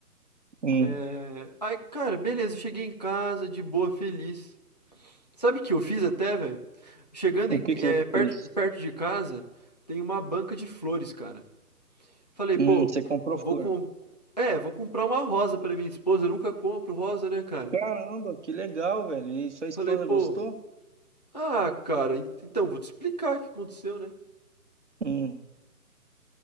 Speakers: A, on the right; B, on the left.
A: Hum,
B: É... Aí, cara, beleza, cheguei em casa, de boa, feliz. Sabe o que eu fiz até, velho? Chegando
A: o
B: em-
A: que
B: é,
A: que você
B: perto,
A: fez?
B: perto de casa, tem uma banca de flores, cara. Falei, pô,
A: Hum, você comprou
B: vou
A: flor.
B: com... É, vou comprar uma rosa pra minha esposa, eu nunca compro rosa, né, cara?
A: Caramba, que legal, velho. E sua esposa
B: Falei, pô,
A: gostou?
B: ah, cara, en- então, vou te explicar o que aconteceu, né?
A: Hum.